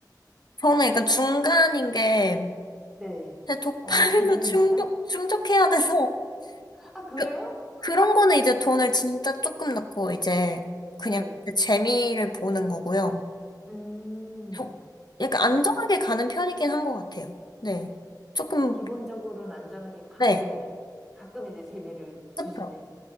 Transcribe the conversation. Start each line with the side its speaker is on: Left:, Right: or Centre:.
Left: 저는 약간 중간인 게,
Centre: 네.
Left: 제 도파민도
Centre: 어, 종목마다?
Left: <laughs> 충족, 충족해야 돼서, <laughs>
Centre: 아, 그래요?
Left: 그, 그런 거는 이제 돈을 진짜 조금 넣고, 이제, 그냥
Centre: 네.
Left: 이제 재미를 보는 거고요.
Centre: 음,
Left: 저- 약간 안정하게
Centre: 네.
Left: 가는 편이긴 한 것 같아요. 네. 조금,
Centre: 기본적으로는 안전하게 가되
Left: 네.
Centre: 가끔 이제 재미를 주시는.
Left: 그쵸.